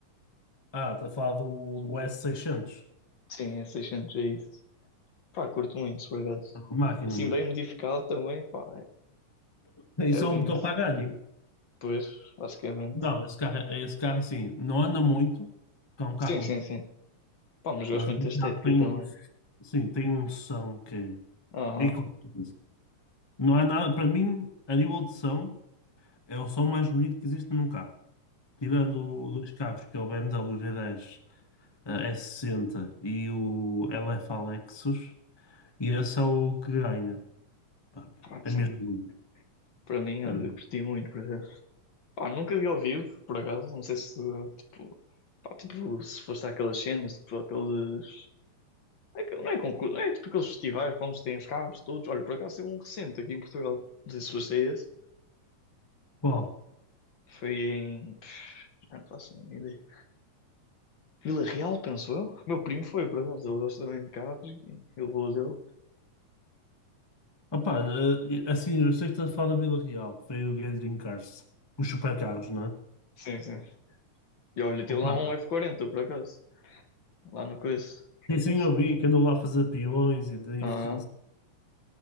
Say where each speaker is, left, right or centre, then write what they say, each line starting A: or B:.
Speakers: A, on the left; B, on the left.
A: Ah, está a falar do, do s seiscentos
B: Sim, é seiscentos é isso. Pá, curto muito, por acaso.
A: É uma máquina,
B: Assim,
A: meu.
B: bem modificado também, pá,
A: Isso
B: é, é lindo.
A: é um motor Pagani.
B: Pois, basicamente.
A: Não, esse carro, é, esse carro assim, não anda muito. É um carro
B: Sim, sim, sim. Pá, mas gosto
A: Mas
B: muito da estética
A: há- tem
B: também.
A: um, sim, tem um som que
B: Aham.
A: é qualquer coisa. Não há nada, para mim, a nível de som, é o som mais bonito que existe num carro. Tirando o- dois carros, que é o BMW v dez eh, s sessenta e o LF Lexus, e esse é o que ganha. Pá,
B: Pá,
A: É
B: sim.
A: mesmo bonito.
B: Para mim, olha,
A: Eh,
B: curti muito, por acaso. Pá, nunca vi ao vivo, por acaso. Não sei se, tipo, pá, tipo, se foste àquelas cenas, tipo, aqueles. é que- Não é concurso, é tipo aqueles festivais para onde se tem os carros todos. Olha, por acaso teve um recente aqui em Portugal. Não sei se foste a esse.
A: Qual?
B: Foi em. pff, já Não faço a mínima ideia. Vila Real, penso eu. Meu primo foi, por acaso. Ele gosta também de carros. e Ele levou dele.
A: Opa, eh, assim, eu sei que estás a falar da Vila Real, que foi o Gathering Cars, os supercarros, não é?
B: Sim, sim. E olha, teve
A: Opa,
B: lá um F40, por acaso. Lá no coice, por
A: sim, sim,
B: acaso.
A: eu vi que andou lá a fazer peões e drifts,
B: Ah,